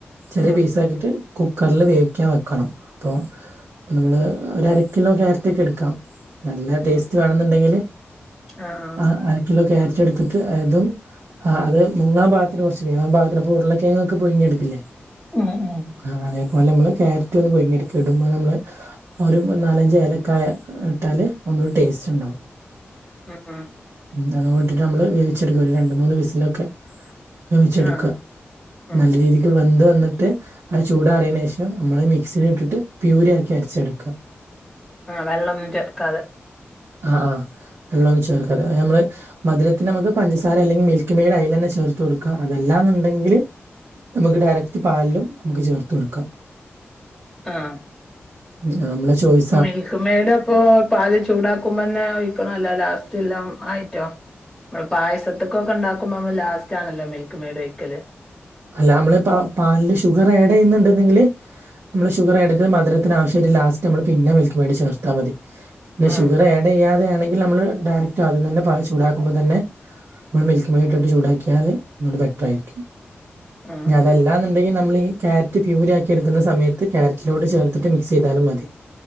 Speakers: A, on the right (about 85°); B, in the centre.
A: ചെറിയ
B: ഉം
A: പീസ് ആക്കിയിട്ട് കുക്കറ്ല് വേവിക്കാൻ വെക്കണം അപ്പൊ അപ്പൊ നമ്മള് ഒര് അരക്കിലോ ക്യാരറ്റ് ഒക്കെ എടുക്കാം നല്ല ടേസ്റ്റ്
B: ഉം
A: വേണെന്നുണ്ടെങ്കില്
B: ആഹ് ആഹ്
A: ആ അര കിലോ ക്യാരറ്റ് എടുത്തിട്ട് അതും ആഹ അത് മുങ്ങാൻ പാകത്തിന് കുറച്ച് വേകാൻ പാകത്തിന് അപ്പൊ ഉരുളക്കിഴങ്ങ് ക്കെ പുഴങ്ങിടുക്കൂല്ലേ
B: ഉം ഉം
A: ആ അതേപോലെ നമ്മള് കാരറ്റ് ഒന്ന് പുഴങ്ങിയെടുക്ക ഇടുമ്പോ നമ്മള് ഒരു നാലഞ്ച് ഏലക്കായ ഇട്ടാല് ഒന്നുകൂടി ടേസ്റ്റ് ഉണ്ടാവും
B: ഉം ഉം
A: ഉം അതുട്ടിട്ട് നമ്മള് വേവിച്ചെടുക്കും ഒരു രണ്ട് മൂന്ന് വിസിലൊക്കെ വേവിച്ചെടുക്കുക
B: ആഹ് ഉം
A: നല്ല രീതിക്ക് വെന്ത് വന്നിട്ട് ആ ചൂട് അറിയേന് ശേഷം നമ്മള് മിക്സില് ഇട്ടിട്ട് പ്യൂരി ആക്കി അരച്ചെടുക്കുക
B: ആ വെള്ളൊന്നും ചേർക്കാതെ
A: ആ ആ വെള്ളൊന്നും ചേർക്കാതെ നമ്മള് മധുരത്തിന് നമുക്ക് പഞ്ചസാര അല്ലെങ്കിൽ മിൽക്ക് മെയ്ഡ് അയില് തന്നെ ചേർത്ത് കൊടുക്കാം അതല്ലാന്നുണ്ടെങ്കില് നമുക്ക് ഡയറക്റ്റ് പാലിലും നമുക്ക് ചേർത്ത് കൊടുക്കാം
B: ആഹ്
A: നമ്മളെ ചോയ്സ്
B: മിൽക്ക് മെയ്ഡ് അപ്പൊ പാല് ചൂടാക്കുമ്പന്നെ ഒഴിക്കണോ അല്ല ലാസ്റ്റ് എല്ലാം ആയിട്ടോ മ്മള് പായസത്ത് ഒക്കെ ഇണ്ടാക്കുമ്പോ നമ്മള് ലാസ്റ്റ് ആണല്ലോ മിൽക്ക് മെയ്ഡ് ഒഴിക്കല്
A: അല്ല നമ്മള് പ പാലില് ഷുഗർ ആഡ്യ്യ്ന്ന്ണ്ട്ങ്കില് നമ്മള് ഷുഗർ എടുത്ത് മധുരത്തിനാവശ്യമായിട്ട് ലാസ്റ്റ് നമ്മള് പിന്നെ മിൽക്ക് മെയ്ഡ് ചേർത്താമതി പിന്നെ
B: ആഹ്
A: ഷുഗർ ആഡയ്യാതെയാണെങ്കി നമ്മള് ഡയറക്റ്റ് ആദ്യം തന്നെ പാല് ചൂടാക്കുമ്പോ തന്നെ നമ്മൾ മിൽക്ക് മേഡ് ഇട്ടിട്ട്ചൂടാക്കിയാല് ഒന്നൂടെ ബെറ്ററായിരിക്കും
B: ആഹ്
A: അതല്ലാന്ന്ണ്ടെങ്കി
B: ആഹ്
A: നമ്മളീ ക്യാരറ്റ് പ്യൂര് ആക്കി എട്ക്കുന്ന സമയത്ത് ക്യാരറ്റ് ലോട്ട് ചേർത്തിട്ട് മിക്സ് ചെയ്താലും മതി